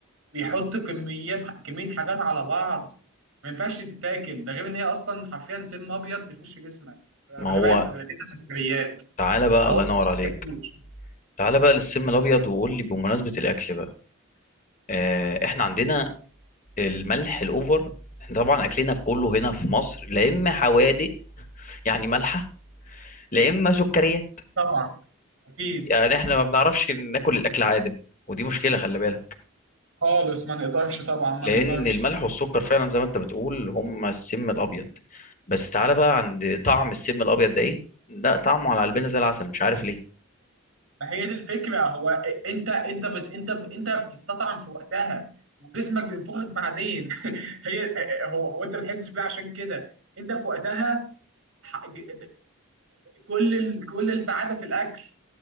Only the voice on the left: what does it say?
ما هو
تعالى بقى
الله
ينور عليك
تعالى بقى للسم الابيض وقول لي بمناسبه الاكل بقى آه، احنا عندنا الملح الاوفر احنا طبعا اكلنا في كله هنا في مصر لا اما حوادق يعني مالحه لا اما سكريه
يعني احنا ما بنعرفش ناكل الاكل عادم ودي مشكله خلي بالك
لان
الملح والسكر فعلا زي ما انت بتقول هم السم الابيض بس تعالى بقى عند طعم السم الابيض ده ايه لا طعمه على قلبنا زي العسل مش عارف ليه